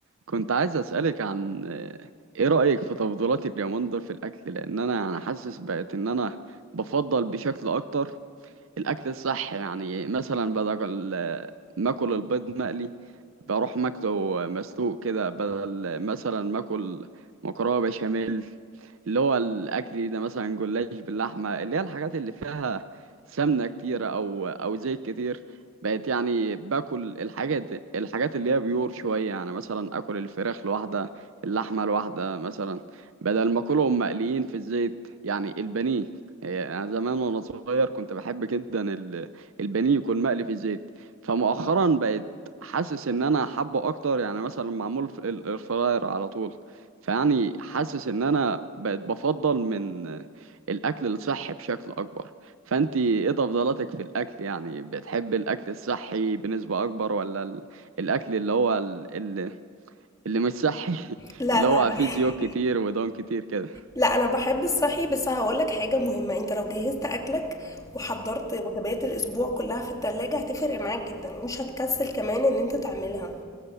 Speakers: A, on the right; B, on the left.
A: كنت عايز أسألك عن آه، إيه رأيك في تفضيلاتي اليومين دول في الأكل لأن أنا يعني حاسس بقت إن أنا بفضل بشكل أكتر الاكل الصح يعني مثلا بدل ما اكل البيض مقلي بروح ماكله مسلوق كده بدل مثلا ما اكل مكرونه بشاميل اللي هو الاكل ده مثلا جلاش باللحمه اللي هي الحاجات اللي فيها سمنه كتيره او او زيت كتير بقت يعني باكل الحاجات الحاجات اللي هي بيور شويه يعني مثلا اكل الفراخ لوحدها اللحمه لوحدها مثلا بدل ما اكلهم مقليين في الزيت يعني البانيه هي أنا زمان وأنا صغير كنت بحب جدا ال- البانيه يكون مقلي في الزيت فمؤخرا بقيت حاسس إن أنا حابه أكتر يعني مثلا معمول في الإير فراير على طول فيعني حاسس إن أنا بقيت بفضل من الأكل الصحي بشكل أكبر فأنتي إيه تفضيلاتك في الأكل يعني بتحب الأكل الصحي بنسبة أكبر ولا ال- الأكل اللي هو ال- ال- اللي مش صحي <laughs>
B: لا
A: اللي
B: لا
A: هو
B: انا
A: فيه
B: <laughs>
A: زيوت كتير ودهون كتير كده
B: لا انا بحب الصحي بس هقول لك حاجه مهمه انت لو جهزت اكلك وحضرت وجبات الاسبوع كلها في التلاجة هتفرق معاك جدا ومش هتكسل كمان ان انت تعملها